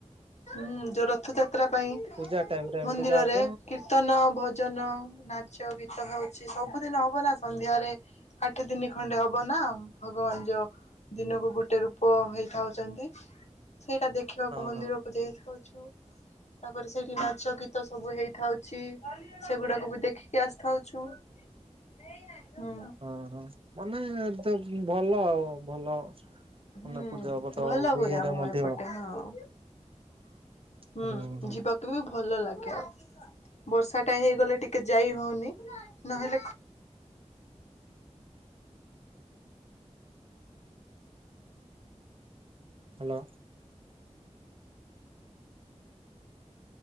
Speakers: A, on the left; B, on the right.
A: ହୁଁ ଯଉ ର ଥଯାତ୍ରା ପାଇଁ
B: ପୂଜା ଟାଇମ ରେ ଏମିତି
A: ମନ୍ଦିରରେ
B: ଯାଉଛ
A: କି ତନ ଭଜନ ନାଚ ଗୀତ ହଉଛି ସବୁଦିନ ହବ ନା ସନ୍ଧ୍ୟାରେ। ଆଠ ଦିନ୍ ଖଣ୍ଡେ ହବ ନା ଭଗବାନ୍ ଯଉ ଦିନକୁ ଗୋ ଟେ ରୂପ ହେଇଖାଉଛନ୍ତି ସେଇଟା ଦେଖିବାକୁ
B: ହଁ
A: ମନ୍ଦିରକୁ
B: ହଁ
A: ଯାଇଥାଉଛୁ। ତାପରେ ସେଇଠି ନାଚ ଗୀତ ସବୁ ହେଇଥାଉଛି। ସେଗୁଡାକୁ ବି ଦେଖିକି ଆସ୍ଥାଉଛୁ ହୁଁ।
B: ହଁ ହଁ ମାନେ ତ ଭଲ ଆଉ ଭଲ।
A: ହୁଁ
B: ମାନେ ପୂଜା ପଟ
A: ଭଲ ହୁଏ
B: ଇଏରେ
A: ଆମ
B: ମଧ୍ୟ
A: ଏପଟେ ହଁ। ହୁଁ
B: ହଁ
A: ଯିବକ୍ ମତେ ବି ଭଲ ଲାଗେ ଆ ବର୍ଷା ଟା ହେଇଗଲେ ଟିକେ ଯାଇ ହଉନି ନହେଲେ
B: ହାଲୋ।